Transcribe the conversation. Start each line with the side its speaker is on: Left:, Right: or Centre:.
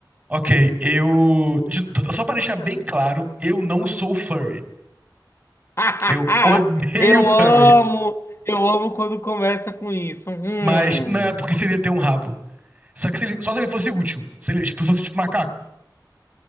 Right: Ok, eu. de- Só pra deixar bem claro, eu não sou furry.
Left: <laughs>
Right: Eu odeio
Left: Eu
Right: furry.
Left: amo, eu amo quando começa com isso. Hum.
Right: Mas não é porque seria ter um rabo. Só que se ele- só se ele fosse útil. Se ele tipo, fosse tipo macaco.